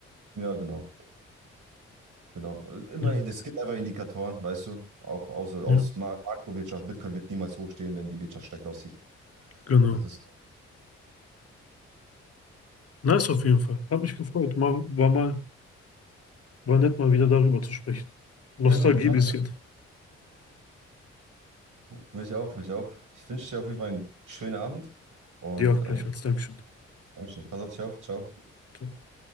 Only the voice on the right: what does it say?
Ja, genau, genau. Immer,
es gibt einfach Indikatoren, weißt du? Auch aus, aus
Ma- Makrowirtschaft. Bitcoin wird niemals hochstehen, wenn die Wirtschaft schlecht aussieht.
Das ist.
Ja, hat mich auch.
Mich auch, mich auch. Ich wünsche dir auf jeden Fall einen schönen Abend und
ähm,
Dankeschön. Pass auf dich auf. Ciao.